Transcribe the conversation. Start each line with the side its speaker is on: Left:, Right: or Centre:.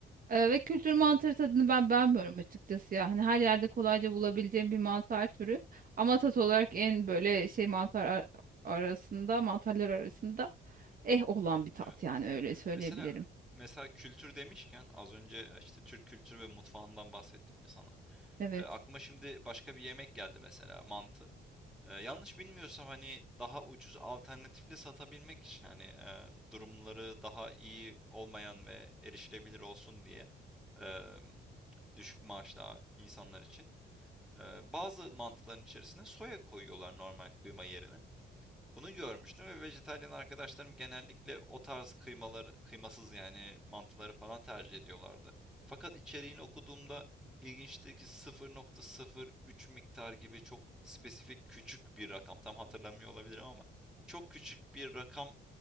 Right: Ee, ve kültür mantarı tadını ben beğenmiyorum açıkçası ya. Hani her yerde kolayca
Centre: Hı hı,
Right: bulabileceğim bir mantar türü. Ama tat olarak en böyle şey mantar ar- arasında, mantarlar arasında eh olan bir tat
Centre: Evet.
Right: yani öyle söyleyebilirim.
Centre: Mesela mesela kültür demişken az önce işte Türk kültürü ve mutfağından bahsettim ya sana.
Right: Evet.
Centre: E, aklıma şimdi başka bir yemek geldi mesela mantı. Eee, yanlış bilmiyorsam, hani, daha ucuz alternatifle satabilmek için, hani, eee, durumları daha iyi olmayan ve erişilebilir olsun diye, emm, düşük maaşlı insanlar için, eee, bazı mantıların içerisine soya koyuyorlar normal kıyma yerine. Bunu görmüştüm ve vejetaryen arkadaşlarım genellikle o tarz kıymaları, kıymasız yani mantıları falan tercih ediyorlardı. Fakat içeriğini okuduğumda ilginçti ki 0.03 miktar gibi çok spesifik küçük bir rakam. Tam hatırlamıyor olabilirim ama çok küçük bir rakam